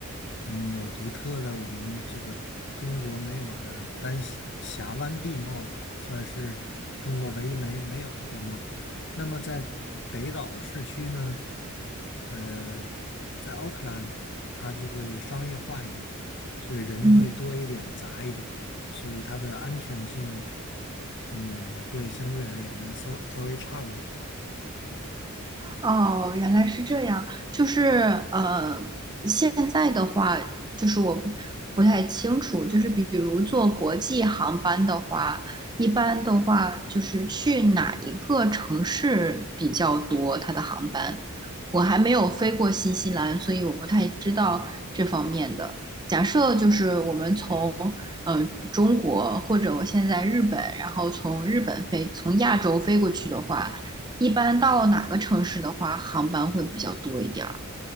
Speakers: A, on the left (about 55°); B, on the right (about 20°).
A: 嗯有独特的我们这个中国没有的丹西峡湾地貌吧，算是中国唯一没没有的地貌。那么在北岛的市区呢，呃，在奥克兰它就会商业化一点。所以人会多一点、
B: 嗯。
A: 杂一点，所以它的安全性，嗯，也会相对而言稍稍微差一点。
B: 哦，原来是这样，就是呃，现在的话，就是我不不太清楚，就是比如坐国际航班的话，一般的话就是去哪一个城市比较多，它的航班，我还没有飞过新西兰，所以我不太知道这方面的。假设就是我们从呃中国或者我现在日本，然后从日本飞，从亚洲飞过去的话。一般到哪个城市的话，航班会比较多一点儿。